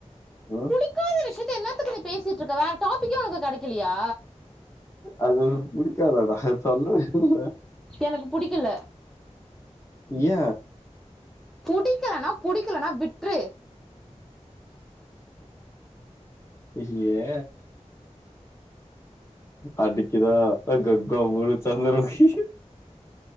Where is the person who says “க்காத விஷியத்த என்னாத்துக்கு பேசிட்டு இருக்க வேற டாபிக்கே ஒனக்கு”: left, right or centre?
Centre